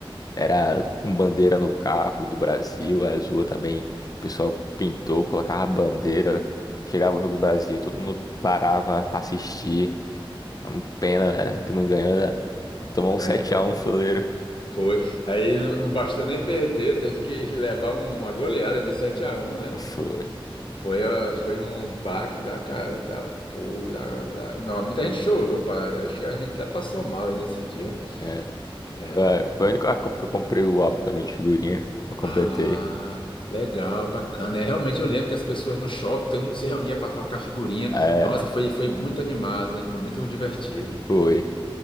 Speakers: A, on the left (about 40°); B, on the left (about 60°).
A: Era com bandeira no carro do Brasil, azul também. O pessoal pintou, colocava bandeira. Chegava o jogo do Brasil, todo mundo parava pra assistir. É Uma Pena, né, que não ganhou, né? Tomou
B: é.
A: um 7x1 fuleiro.
B: Foi. Aí não, não bastou nem perder, teve que <laughs> levar um, uma goleada de 7 a um, né?
A: Foi.
B: Foi, a- foi um baque da cara, da porra, da, da- Não, muita gente chorou, pá. Acho que a gente até passou mal aí nesse dia.
A: É.
B: É.
A: É, Foi a única Copa que eu comprei o álbum também de figurinha. Eu completei.
B: Ah, legal, bacana. É, realmente eu lembro que as pessoas no shopping, todo mundo se reunia para trocar figurinha.
A: É,
B: Nossa, foi, foi muito animado, né? Foi muito divertido.
A: foi.